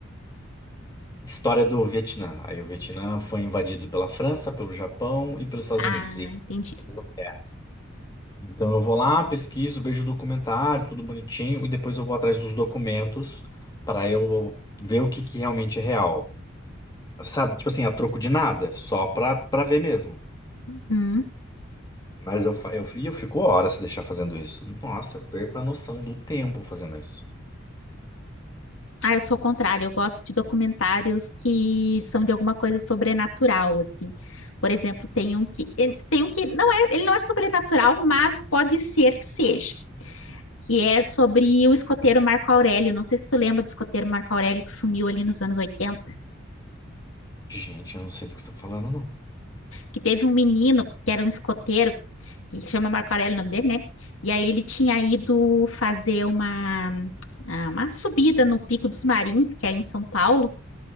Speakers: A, on the left; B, on the left.
A: História do Vietnã. Aí o Vietnã foi invadido pela França, pelo Japão e pelos Estados
B: Ah,
A: Unidos. E
B: entendi.
A: todas as guerras. Então eu vou lá, pesquiso, vejo o documentário, tudo bonitinho, e depois eu vou atrás dos documentos para eu ver o que que realmente é real. Sabe, tipo assim, a troco de nada, só pra, pra ver mesmo.
B: Uhum.
A: Mas eu, fa- eu, e eu fico horas se deixar fazendo isso. Nossa, eu perco a noção do tempo fazendo isso.
B: Ah, eu sou o contrário, eu gosto de documentários que são de alguma coisa sobrenatural, assim. Por exemplo, tem um que eh, tem um que não é, ele não é sobrenatural, mas pode ser que seja, que é sobre o escoteiro Marco Aurélio. Não sei se tu lembra do escoteiro Marco Aurélio que sumiu ali nos anos 80.
A: Gente, eu não sei do que você tá falando, não.
B: que teve um menino que era um escoteiro, que chama Marco Aurélio o nome dele, né? E aí ele tinha ido fazer uma, ah, uma subida no Pico dos Marins, que é em São Paulo.